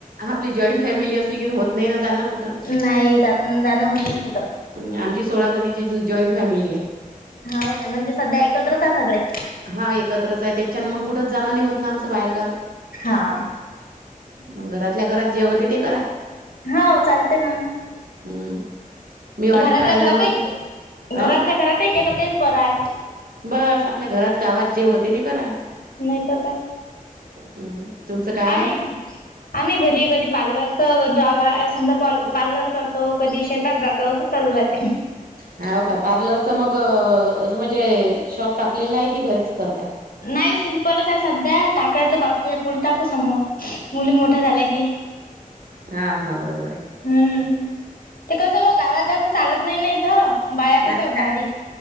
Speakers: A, on the right (about 80°); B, on the left (about 80°).
A: आपली जॉईंट फॅमिली असली की होत नाही ना जाण कुठ
B: नायी जात जाणं होत नाही कुठं.
A: अं, आमची सोळा जणीची जॉईंट फॅमिली आहे.
B: हाव काय, म्हणजे सध्या ऐकत्रच आहे सगळे.
A: हा एकत्रच आहे त्याच्यान मंग कुठंच जाणं नाही होत ना आमचं बाहेरगावी.
B: हा.
A: मग घरातल्या घरात जे होते ते करा.
B: ह चालतंय न.
A: हम्म मी ऑडिट
B: घरातल्या
A: काढायला
B: घरात
A: जाऊनच
B: एक
A: नाही
B: घरातल्या
A: अ
B: घरातही केलं तेच बरं आहे.
A: बास आपल्या घरात गावात जे होते ते कराय
B: नायीतर काय.
A: हम्म तुमचं काय?
B: आम्ही-आम्ही घरी कधी पार्लरच जॉब आहे समजा पार्ल-पार्लर
A: आहे?
B: कर तो कधी शेतात जातो असंच चालू राहतय.
A: हाव का पार्लरच मग.. अ असं म्हणजे शॉप टाकलेलं आहे की घरीच करताय.
B: नाही सिम्पलच आहे सध्या. टाकायचं बाकी आहे पुढ टाकू समोर मुली मोठ्या झाल्या की.
A: हा-हा बरोबर आहे.
B: हम्म, ते कसं ब गावात जसं चालत नाही न इथं बाहेर
A: नाही
B: कसं भारी.